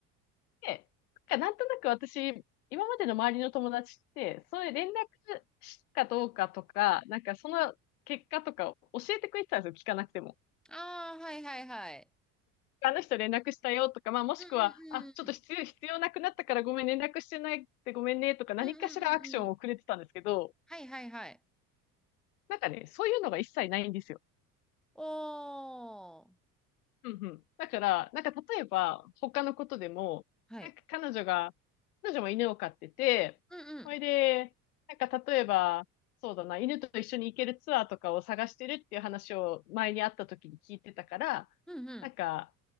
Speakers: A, on the left; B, in the centre.
A: で、なんかなんとなく私、今までの周りの友達って、そういう連絡したかどうかとか、なんかその結果とか教えてくれてたんですよ、聞かなくても。
B: ああ、はいはいはい。
A: あの人連絡したよとか、まあ、もしくは、
B: うんうんうん。
A: あ、ちょっと必要、必要なくなったからごめん、連絡してないってごめんねとか、何かしらアクションをくれてたんですけど、
B: うんうんうんうん。はいはいはい。
A: なんかね、そういうのが一切ないんですよ。
B: おー。
A: うんうん。だから、なんか例えば、他のことでも、
B: はい。
A: なんか彼女が、彼女も犬を飼ってて、
B: うんうん。
A: それで、なんか例えば、そうだな、犬と一緒に行けるツアーとかを探してるっていう話を前に会った時に聞いてたから、
B: うんうん。
A: なんか、